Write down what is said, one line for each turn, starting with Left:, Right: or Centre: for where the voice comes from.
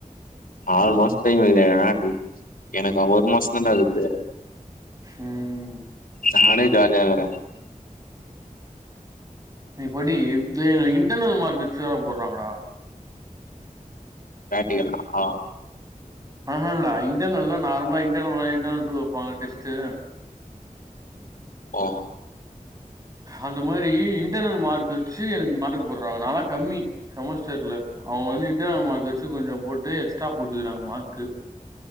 Left: ஆறு மாசோ டைம் இல்லனா எனக்கா ஒரு மாச தாண்டா ஆகுது
Right: ம்.
Left: நானே ஜாலியா இக்கறே
Right: நீ படி இப்பயு இன்டர்னல் மார்க்கெட் தேவ பட்றாங்கடா
Left: பிராக்ட்டிக்கல் ஆ
Right: ஆமாண்டா இன்டர்னல்ல நார்மலா இன்டர்னல் ஒன்னு இன்டர்னல் டூ வெப்பாங்களா டெஸ்ட்டு
Left: ஓ
Right: அந்த மாரி இன்டர்னல் மார்க் வச்சி எனக்கு மார்க் போட்றாங்க நாலா கம்மி செமஸ்டர்ல அவுங்க வந்து இன்டர்னல் மார்க் வச்சக கொஞ்சோ போட்டு எக்ஸ்ட்ரா போட்டுக்கிறாங்க மார்க்கு